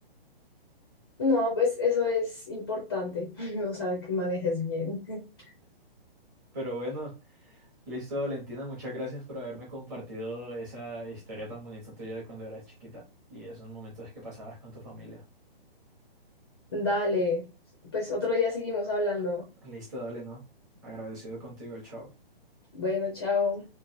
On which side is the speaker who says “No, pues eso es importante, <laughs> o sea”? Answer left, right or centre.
Left